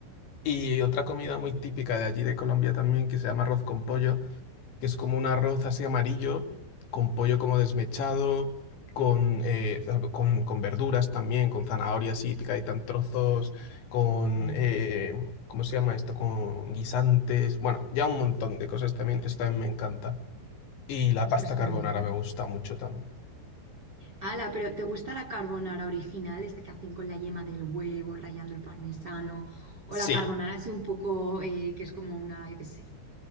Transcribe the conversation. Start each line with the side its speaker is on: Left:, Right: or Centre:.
Left: Y otra comida muy típica de allí de Colombia también, que se llama arroz con pollo, que es como un arroz así amarillo, con pollo como desmechado, con, eh, za- con, con verduras también, con zanahoria así picadita en trozos, con,
Right: uy,
Left: eh, ¿cómo se llama esto? Con guisantes, bueno, ya un montón de cosas también, eso también me encanta. Y la
Right: ostras,
Left: pasta carbonara
Right: qué rico.
Left: me gusta mucho también.
Right: Ala, pero ¿te gusta la carbonara original, esta que hacen con la yema del huevo, rallando el parmesano? O
Left: Sí,
Right: la carbonara así un poco, eh, que es como una, yo qué sé,